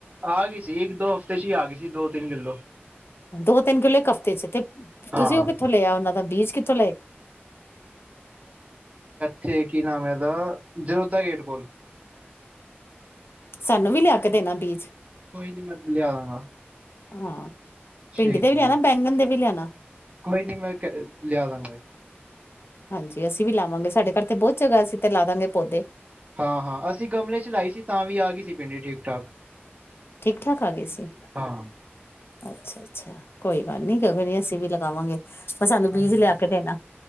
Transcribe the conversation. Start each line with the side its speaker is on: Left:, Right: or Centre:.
Right: ਆ ਗੀ ਸੀ ਇੱਕ ਦੋ ਹਫ਼ਤੇ ਚ ਈ ਆ ਗਈ ਸੀ ਦੋ ਤਿੰਨ ਕਿੱਲੋ
Left: ਦੋ ਤਿੰਨ ਕਿੱਲੇ ਇਕ ਹਫ਼ਤੇ ਚ ਤੇ
Right: ਹਾਂ
Left: ਤੁਸੀਂ ਉਹ ਕਿੱਥੋਂ ਲਿਆ ਉਹਨਾਂ ਦਾ ਬੀਜ ਚਲੇ
Right: ਥੇ ਕੀ ਨਾਮ ਐਦਾ ਇਹਦਾ ਜਰੋਦਾ ਗੇਟ ਕੋਲ
Left: ਸਾਨੂੰ ਵੀ ਲਿਆ ਕੇ ਦੇਣਾ ਬੀਜ
Right: ਕੋਈ ਨੀ ਮੈਂ ਲਿਆ ਦਾਂਗਾ
Left: ਹਾਂ ਭਿਡੀ
Right: ਠੀਕ
Left: ਦੇ ਵੀ
Right: ਹੈ
Left: ਲਿਆਣਾ
Right: ਜੀ
Left: ਬੈਂਗਣ ਦੇ ਵੀ ਲਿਆਣਾ ਹ
Right: ਕੋਈ ਨਈ ਮੈਂ ਕਹ ਲਿਆ ਦਾਗਾ
Left: ਹਾਂਜੀ ਅਸੀਂ ਵੀ ਲਾਵਾਂਗੇ ਸਾਡੇ ਘਰ ਤੇ ਬਹੁਤ ਜਗ੍ਹਾ ਅਸੀ ਤੇ ਲਾ ਦਾਂਗੇ ਪੌਦੇ
Right: ਹਾਂ ਹਾਂ ਅਸੀਂ ਗਮਲੇ ਚ ਲਾਈ ਸੀ ਤਾਂ ਵੀ ਆ ਗਈ ਸੀ ਭਿਡੀ ਠੀਕ ਠਾਕ
Left: ਠੀਕ ਠਾਕ ਆ ਗਏ ਸੀ?
Right: ਹਾਂ
Left: ਅੱਛਾ ਅੱਛਾ ਕੋਈ ਗੱਲ ਨੀ ਕਦੀ ਅਸੀਂ ਵੀ ਲਗਾਵਾਂਗੇ। ਪਰ ਸਾਨੂੰ ਬੀਜ
Right: ਹਾਂਜੀ
Left: ਲਿਆ
Right: ਹਾਂਜੀ।
Left: ਕੇ ਦੇਣਾ